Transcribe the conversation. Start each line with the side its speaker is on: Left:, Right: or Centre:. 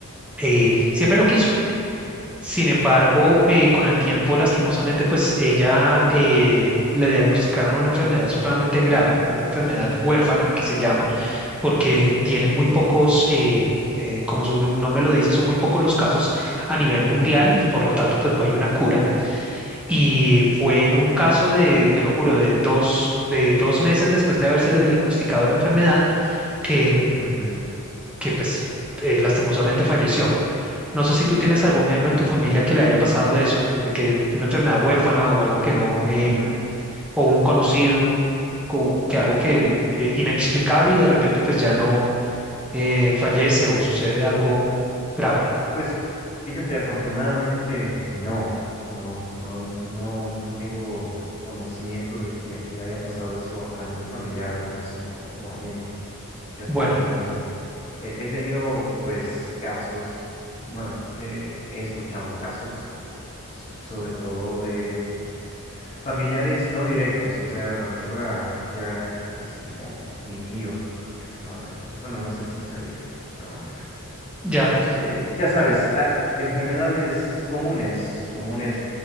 Centre: eh, siempre lo quiso. Sin embargo,
Left: ¿Qué?
Centre: eh, con el tiempo, lastimosamente, pues ella eh, le diagnosticaron una enfermedad supremamente grave, era una enfermedad huérfana que se llama, porque tiene muy pocos, eh, eh, como su nombre lo dice, son muy pocos los casos a nivel mundial y por lo tanto, pues no hay una cura. Y fue en un caso de, te lo juro, de dos, de dos meses después de habérsele diagnosticado la enfermedad que, mm, que pues eh, lastimosamente falleció. No sé si tú tienes algún miembro
Left: No.
Centre: en tu familia que le haya pasado eso, o que una enfermedad huérfana o algo que no, em,
Left: Mm,
Centre: o un conocido, co- que algo que eh, inexplicable y de repente pues ya no eh, fallece o sucede algo grave.
Left: pues, fíjate, afortunadamente, no, no, no, no, no tengo conocimiento de que le haya pasado eso a algún familiar, conocido o amigo. Fíjate
Centre: Bueno,
Left: que mm, he, he tenido pues casos, bueno, he, he he escuchado casos, s- sobre todo de familiares no directos, o sea, me refiero a ya casi como mi tío aproximadamente. Bueno, no sé si sea directo, pero bueno.
Centre: ya,
Left: Eh, ya sabes, a- enfermedades comunes, comunes,